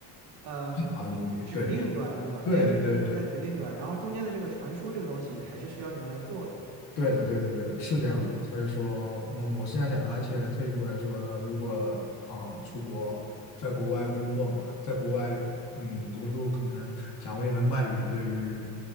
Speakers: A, on the right; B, on the left.
A: 嗯指令端，
B: 法领域，对
A: 对吧？
B: 对对对对。
A: 它也只是介入在指令端，然后中间的这个传输这个东西还是需要你们来做的。
B: 对的，对的，对的，是这样的。
A: 嗯，
B: 所以说，嗯，我是这样想的，而且退一步来说，如果啊、出国，在国外工作嘛，在国外嗯读书，可能掌握一门外语，对于